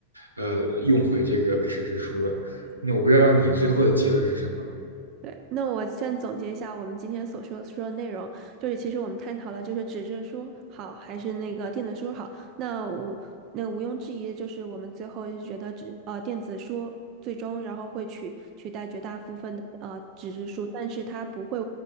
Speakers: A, on the right (about 80°); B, on the right (about 40°).
A: 呃，用回这个纸质书的。那我不知道你最后的结论是什么。
B: 对，那我先总结一下我们今天所说说的内容，就是其实我们探讨了就是纸质书好还是那个电子书好。那我那毋庸置疑，就是我们最后是觉得纸呃电子书最终然后会取取代绝大部分的呃纸质书，但是它不会